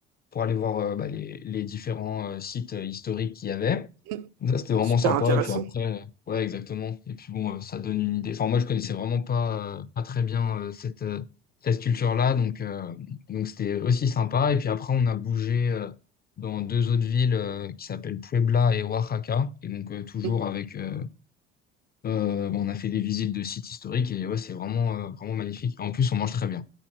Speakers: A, on the left; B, on the right.
A: pour aller voir euh, bah, les, les différents euh, sites euh, historiques qu'il y avait.
B: mm,
A: Ça, c'était vraiment
B: super
A: sympa.
B: intéressant.
A: Et puis après, euh, ouais, exactement. Et puis bon, euh, ça donne une idée. Enfin, moi, je connaissais vraiment pas, euh, pas très bien euh, cette, euh, cette culture-là. Donc, euh, donc c'était aussi sympa. Et puis après, on a bougé. euh, dans deux autres villes euh, qui s'appellent Puebla et Oaxaca. Et donc, euh, toujours
B: Mm.
A: avec, euh, euh, on a fait des visites de sites historiques et ouais, c'est vraiment, euh, vraiment magnifique. En plus, on mange très bien.